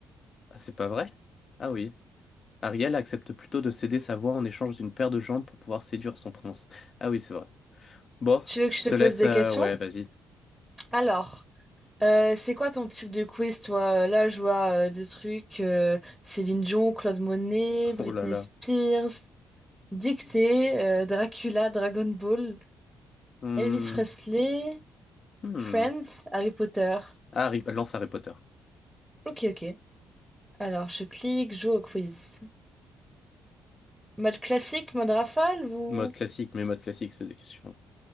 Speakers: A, on the left; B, in the centre.
A: Ah, c'est pas vrai? Ah oui. Ariel accepte plutôt de céder sa voix en échange d'une paire de jambes pour pouvoir séduire son prince. Ah oui, c'est vrai. Bon,
B: Tu veux que
A: je
B: je te
A: te
B: pose
A: laisse.
B: des
A: euh,
B: questions?
A: ouais, vas-y.
B: Alors, euh, c'est quoi ton type de quiz, toi? Euh, Là, je vois euh, des trucs euh, Céline Dion, Claude Monet,
A: <laughs>
B: Britney
A: Oh là là.
B: Spears, Dictée, euh, Dracula, Dragon Ball,
A: Hmm,
B: Elvis Presley,
A: hmm.
B: Friends, Harry Potter.
A: Ah, Harry- lance Harry Potter.
B: Ok, ok. Alors, je clique, joue au quiz. Mode classique, mode rafale ou...
A: Mode classique, mais mode classique, c'est des questions